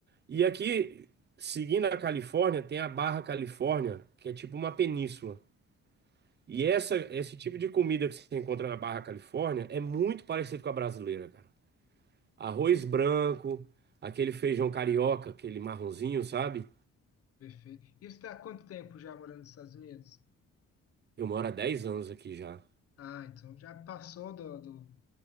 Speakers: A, on the right (about 35°); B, on the left (about 50°).
A: E aqui, seguindo a Califórnia, tem a Barra Califórnia, que é tipo uma península. E essa, esse tipo de comida que você encontra na Barra Califórnia é muito parecido com a brasileira, cara. Arroz branco, aquele feijão carioca, aquele marronzinho, sabe?
B: Perfeito. E você está há quanto tempo já morando nos Estados Unidos?
A: Eu moro há dez anos aqui já.
B: Ah, então já passou do, do-